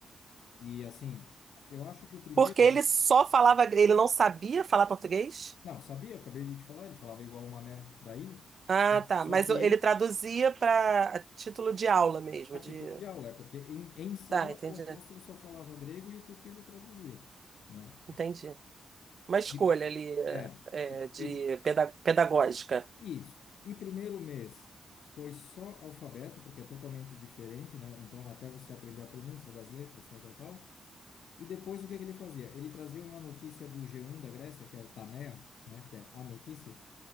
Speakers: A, on the left; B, on the right.
A: e assim, eu acho que o primeiro.
B: Porque ele só falava, ele não sabia falar português?
A: Não, sabia, eu acabei de te falar, ele falava igual o Mané da ilha,
B: Ah,
A: só,
B: tá.
A: só
B: Mas
A: que
B: o- ele
A: em
B: traduzia para título de aula mesmo,
A: a título
B: de...
A: de aula, é porque em, em sala
B: Tá, entendi.
A: o apóstolo só falava grego e o pupilo traduzia, né?
B: Entendi. Uma escolha
A: E-
B: ali
A: É.
B: é,
A: E,
B: de
A: e
B: peda- pedagógica.
A: Isso. E primeiro mês foi só alfabeto, porque é totalmente diferente, né? Então, até você aprender a pronúncia das letras, tal, tal, tal. E depois, o que que ele fazia? Ele trazia uma notícia do G1 da Grécia, que é o Tanea, né? Que é a notícia.